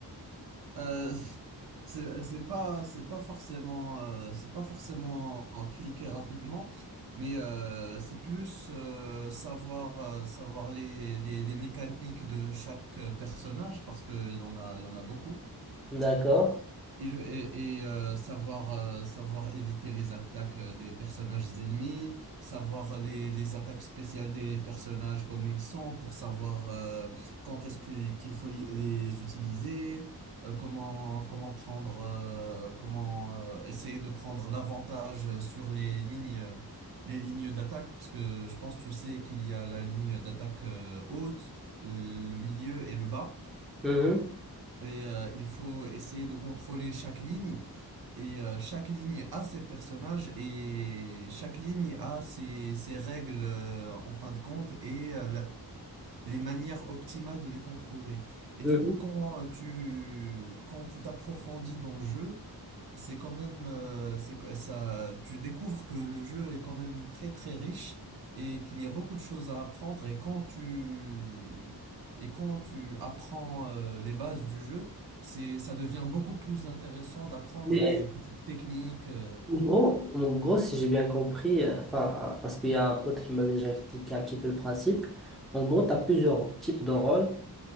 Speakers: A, on the right; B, in the centre.
A: Euh, <laughs> c'est c'est pas c'est pas forcément euh, c'est pas forcément en cliquer rapidement, mais euh, c'est plus euh, savoir euh, savoir les, les les mécaniques de chaque euh, personnage parce que il y en a il y en a beaucoup.
B: D'accord?
A: Et, le- et- et, euh, savoir, euh, savoir éviter les attaques euh, des personnages ennemis, savoir les, les attaques spéciales des personnages, comme ils sont, pour savoir euh, quand est-ce que- qu'il faut li- les utiliser, euh, comment, comment prendre, euh, comment euh, essayer de prendre l'avantage sur les lignes, euh, les lignes d'attaque, parce que je pense, tu sais, qu'il y a la ligne d'attaque euh, haute, euh, le milieu et le bas.
B: Mhm.
A: Et euh, il faut essayer de contrôler chaque ligne et euh, chaque ligne a ses personnages et chaque ligne a ses, ses règles euh, en fin de compte et euh, la- les manières optimales de les contrôler. Et
B: Mhm.
A: du coup, quand euh, tu quand tu t'approfondis dans le jeu, c'est quand même euh, c'est que ça tu découvres que le jeu est quand même très très riche et qu'il y a beaucoup de choses à apprendre et quand tu et quand tu apprends euh, les bases du jeu, c'est ça devient beaucoup plus intéressant d'apprendre
B: Mais
A: les petites techniques euh,
B: en gros, en gros, si j'ai bien compris, euh, enfin, parce qu'il y a un pote qui m'avait déjà expliqué un petit peu le principe, en gros, tu as plusieurs types de rôles